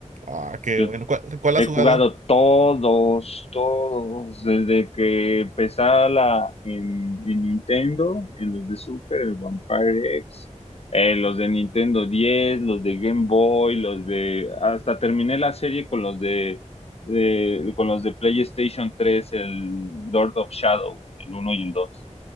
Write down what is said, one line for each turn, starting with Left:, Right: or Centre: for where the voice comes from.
Right: Ah, qué
Left: Yo
Right: bueno. ¿Cuál, cuál
Left: He
Right: has jugado?
Left: jugado todos, todos, desde que empezaba la, en, en Nintendo, en los de Super, el Vampire X, eh, los de Nintendo 10, los de Game Boy, los de, hasta terminé la serie con los de, de- con los de PlayStation 3, el Lord of Shadow, el uno y el 2.